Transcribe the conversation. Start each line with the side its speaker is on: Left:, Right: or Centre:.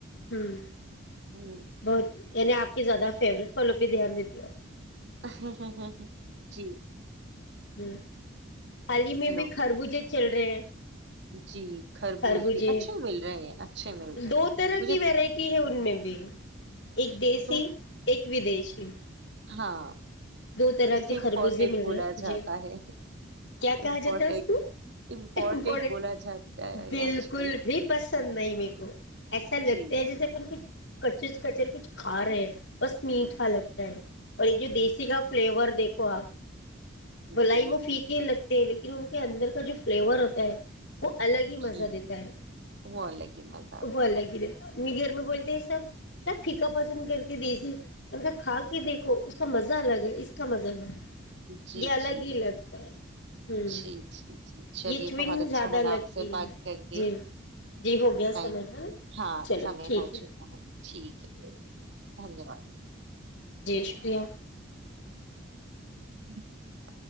Left: ہوں
Right: ہ
Left: بہت یعنی آپ کے زیادہ فیورٹ فالوں پہ دھیان دی تی ہو
Right: ہاں ہو ہو ہو جی
Left: ہوں حال ہی میں
Right: ہلو
Left: بھی خربوجے چل رہے ہیں
Right: جی خربوز
Left: خربوجھے
Right: بھی اچھے مل رہے ہیں اچھے مل رہے ہیں
Left: دو طرح
Right: مجھے
Left: کی ورائٹی ہے ان میں بھی ایک دیسی
Right: دو
Left: ایک ودیشی <unintelligible>
Right: ہاں
Left: دو طرح
Right: جسے
Left: کے خربوزیں
Right: امپورٹینٹ
Left: مل
Right: بولا
Left: رہے
Right: جاتا
Left: جی
Right: ہے
Left: کیا کہا
Right: امپورٹینٹ
Left: جاتا ہے اس کو
Right: امپورٹینٹ
Left: امپٹینٹ
Right: بولا جاتا ہے
Left: بالکل
Right: آج کل
Left: بھی پسند نہیں میرے کو ایسا لگتا
Right: جی
Left: ہے جیسے اپن کچھ کچر کچر کچھ کھا رہے بس میٹھا لگتا ہے اور ایک جو دیسی گ فلیور دیکھ واھ بلائی
Right: جی
Left: وہ فی کے لگ لیکن ان کے اندر کا جو فلیور ہوتا ہے وہ الگ ہی مزہ
Right: جی
Left: دیتا ہے
Right: وہ الگ ہی مزہ
Left: وہ
Right: بیٹا
Left: الگ ہی دیتا ہے میرے گھر میں بولتے ہیں سب کیا پھیکا پسند کرتے دیسی میں نے کہا کھا کے دیکھو اس کا مزہ اسکا الگ ہے اس کا مزہ الگ ہے
Right: جی
Left: یہ الگ
Right: جی
Left: ہی لگتا ہے ہوں
Right: جی جی جی چلیے
Left: یہ چوئنگ
Right: بہت اچھا
Left: زیادہ
Right: لگا
Left: لگتی
Right: آپ سے بات
Left: ہے
Right: کر کے
Left: جی جی ہو گیا سمجھ
Right: ٹائم
Left: ہے نا
Right: ہاں
Left: چلو
Right: سمے
Left: ٹھیک
Right: ہو چکا ہے ٹھیک ہے دھنیہ واد
Left: جی شکریہ
Right: <inaudible>